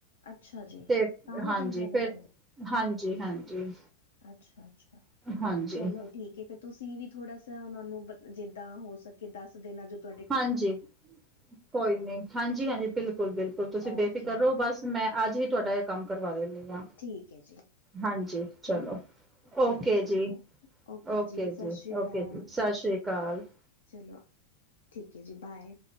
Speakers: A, on the left; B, on the right.
A: ਅੱਛਾ ਜੀ
B: ਤੇ
A: ਤਾਂ ਵੀ
B: ਹਾਂਜੀ
A: ਤਿੰਨ ਚਾਰ
B: ਫਿਰ
A: ਦਿਨ
B: ਹਾਂਜੀ-ਹਾਂਜੀ
A: ਅੱਛਾ-ਅੱਛਾ
B: ਹਾਂਜੀ।
A: ਚਲੋ ਠੀਕ ਹੈ। ਫਿਰ ਤੁਸੀਂ ਵੀ ਥੋੜਾ ਸਾ ਉਹ ਨੂੰ ਜਿੱਦਾਂ ਹੋ ਸਕੇ ਦੱਸ ਦੇਨਾ ਜਦੋ
B: ਹਾਂਜੀ ਕੋਈ ਨਹੀਂ ਹਾਂਜੀ-ਹਾਂਜੀ ਬਿਲਕੁਲ- ਬਿਲਕੁਲ ਤੁਸੀਂ
A: ਓਕੇ
B: ਬੇਫਿਕਰ ਰਹੋ ਬਸ ਮੈਂ ਅੱਜ ਹੀ ਤੁਹਾਡਾ ਇਹ ਕੰਮ ਕਰਵਾ ਦਿੰਦੀ ਹਾਂ
A: ਠੀਕ ਹੈ ਜੀ
B: ਹਾਂਜੀ ਚਲੋ।
A: ਹਨਾ ਚਲੋ
B: ਓਕੇ
A: ਠੀਕ
B: ਜੀ-ਓਕੇ
A: ਹੈ ਓਕੇ ਜੀ ਸਤਿ
B: ਜੀ-ਓਕੇ
A: ਸ਼੍ਰੀ ਅਕਾਲ
B: ਜੀ ਸਤਿ ਸ੍ਰੀ ਅਕਾਲ ਜੀ।
A: ਚਲੋ ਠੀਕ ਹੈ ਜੀ ਬਾਏ।